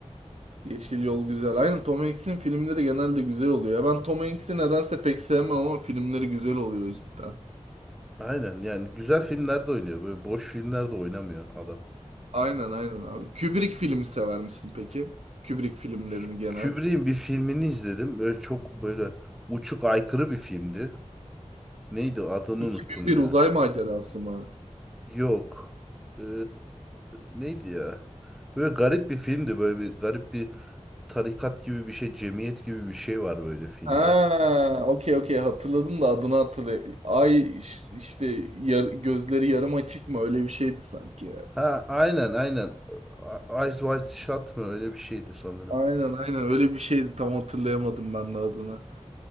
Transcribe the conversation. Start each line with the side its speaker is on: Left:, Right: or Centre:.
Right: Yeşil yol güzel. Aynen Tom Hanks'in filmleri genelde güzel oluyor. Ya Ben Tom Hanks'i nedense pek sevmem ama filmleri güzel oluyor cidden.
Centre: Aynen yani güzel filmlerde oynuyor. Böyle boş filmlerde oynamıyor adam.
Right: Aynen aynen abi. Kubrick filmi sever misin peki? Kubrick filmlerini
Centre: Kü-
Right: genel.
Centre: Kubrick'in bir filmini izledim. Böyle çok böyle uçuk aykırı bir filmdi. Neydi adını
Right: 2001
Centre: unuttum ya.
Right: Uzay Macerası mı?
Centre: Yok. Ee, neydi ya? Böyle garip bir filmdi. Böyle bir garip bir tarikat gibi bir şey, cemiyet gibi bir şey var böyle filmde.
Right: Ha, okey okey hatırladım da adını hatırlayayım. Ay iş- işte yar- gözleri yarım açık mı öyle bir şeydi sanki ya.
Centre: Ha aynen aynen. A- Eyes Wide Shut mı? Öyle bir şeydi sanırım.
Right: Aynen aynen öyle bir şeydi tam hatırlayamadım ben de adını.